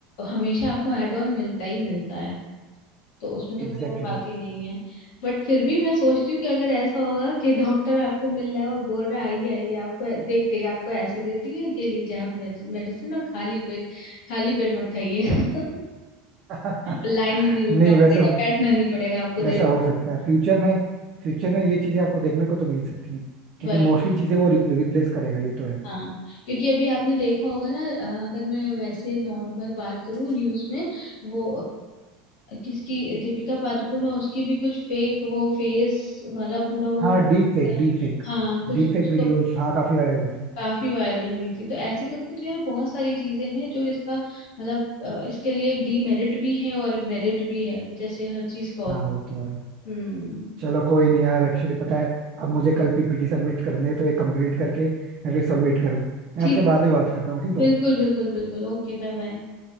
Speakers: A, on the left; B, on the right.
A: हमेशा आपको एड ऑन मिलता ही मिलता है तो उसमें तो कोई
B: Exactly
A: वो बात ही नहीं है बट फिर भी मैं सोचती हूँ कि अगर ऐसा होगा कि डॉक्टर आपको मिल रहा है और बोल रहा है आइए आइए आपको ऐ- देखते ही आपको ऐसे देती है ये लीजिए आप मेडिसिन और खाली पेट खाली पेट मत खाइए <laughs>
B: exactly.
A: लाइन में नहीं रुकना
B: <laughs> नहीं
A: पड़ेगा
B: वैसे
A: बैठना नहीं पड़ेगा आपको देर
B: वैसा हो सकता है फ्यूचर में फ्यूचर में ये चीजें आपको देखने को तो मिल ही सकती हैं क्योंकि
A: वही
B: मोस्टली चीजें वो रिप्लेस करेगा ये तो है
A: हाँ क्योंकि अभी आपने देखा होगा ना अ, अगर मैं वैसे नॉर्मल बात करूँ न्यूज में वो अ, किसकी दीपिका पादुकोण है उसकी भी कुछ फेक वो फेस वाला पूरा वो
B: हाँ
A: बना
B: deep fake deep fake
A: हाँ कुछ
B: deep
A: कुछ
B: fake videos
A: तो
B: हाँ काफी वायरल होती है
A: काफी वायरल हुई थी तो ऐसे करके तो यार बहुत सारी चीजें हैं जो इसका मतलब अ, इसके लिए एक डीमेरिट भी है और मेरिट भी है जैसे हर चीज का होता
B: हाँ वो तो है
A: है। हम्म
B: चलो कोई नहीं यार एक्चुअली पता है अब मुझे कल पीपीटी सबमिट करने हैं तो ये कंप्लीट करके मैं फिर सबमिट करूँ मैं
A: ठीक
B: आपसे
A: है
B: बाद में बात करता हूँ ठीक
A: बिल्कुल
B: है
A: बिल्कुल बिल्कुल ओके Bye bye